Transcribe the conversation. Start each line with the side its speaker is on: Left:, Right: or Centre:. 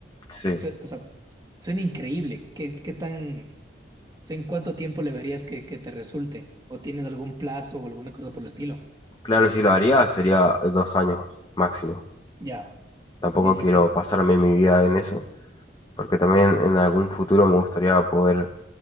Left: Sí.
Right: eso, o sea, s- suena increíble. ¿Qué, qué tan, o sea, en cuánto tiempo le verías que, que te resulte? ¿O tienes algún plazo o alguna cosa por el estilo?
Left: Claro, si lo haría sería eh, dos años máximo.
Right: Ya,
Left: Tampoco
Right: sí, sí,
Left: quiero
Right: sí.
Left: pasarme mi vida en eso, porque también en algún futuro me gustaría poder...